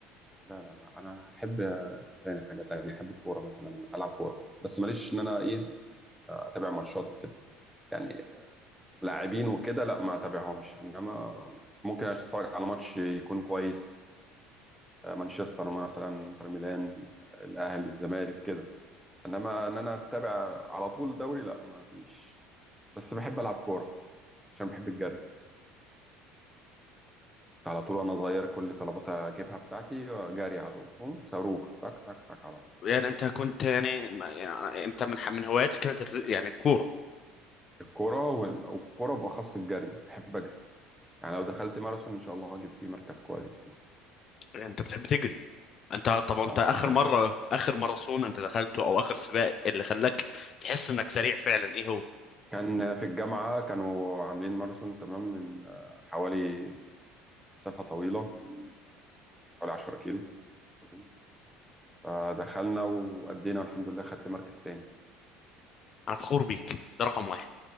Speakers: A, in the centre; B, on the left (about 45°).
A: لا لا لا انا احب آه، تاني حاجه تانية احب الكوره مثلا العب كوره بس ماليش ان انا ايه آه، اتابع ماتشات وكده يعني لاعبين وكده لا ما اتابعهمش انما ممكن اتفرج على ماتش يكون كويس آه، مانشستر مثلا انتر ميلان آه، الاهلي الزمالك كده انما ان انا اتابع على طول دوري لا ما فيش بس بحب العب كوره عشان بحب الجري كنت على طول وانا صغير كل طلبات اجيبها بتاعتي آه، جري على طول بوم، صاروخ تك تك تك على طول
B: يعني انت كنت يعني, ما- يعني انت من ح- من هواياتك كانت الر- يعني الكورة
A: الكرة وال- والكرة بأخص الجري أحب أجري يعني لو دخلت ماراثون إن شاء الله هجيب فيه مركز كويس يعني.
B: يعني انت بتحب تجري انت طب انت
A: أه أحب
B: اخر
A: أجري
B: مرة اخر ماراثون انت دخلته او اخر سباق اللي خلاك تحس انك سريع فعلا ايه هو
A: كان في الجامعة كانوا عاملين ماراثون تمام من آه، حوالي مسافة طويلة من آه، حوالي 10 كيلو تمام فدخلنا وأدينا الحمد لله خدت مركز تاني
B: انا فخور بيك ده رقم واحد